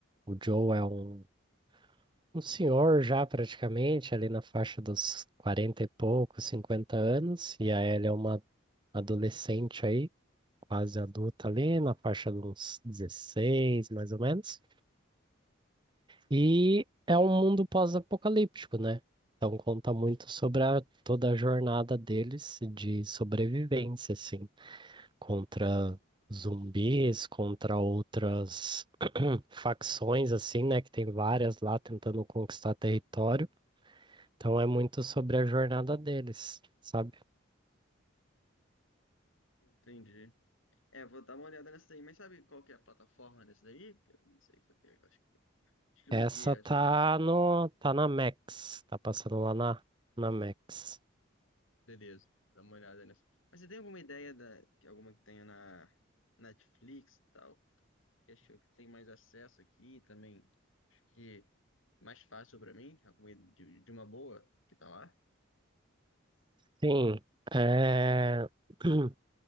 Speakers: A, on the right; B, on the left.
A: O Joe é um um senhor já praticamente, ali na faixa dos 40 e poucos 50 anos, e a Ellie é uma adolescente aí, quase adulta ali, na faixa dos 16 mais ou menos. E é um mundo pós-apocalíptico, né? Então conta muito sobre a- toda a jornada deles de sobrevivência, assim, contra zumbis, contra outras <clears throat> facções, assim, né? Que tem várias lá tentando conquistar território. Então é muito sobre a jornada deles, sabe?
B: Entendi. É, vou dar uma olhada nessa aí, mas sabe qual que é a plataforma dessa daí? Que Eu não sei o que eu pego, acho, acho que eu não
A: Essa
B: vi, achei
A: tá
B: essa.
A: no, tá na Max, tá passando lá na, na Max.
B: Beleza, dá uma olhada nessa. Mas você tem alguma ideia da, de alguma que tenha na Netflix e tal? Que acho que tem mais acesso aqui também. Acho que mais fácil pra mim, alguma de, de uma boa que tá lá?
A: Sim, é, <clears throat>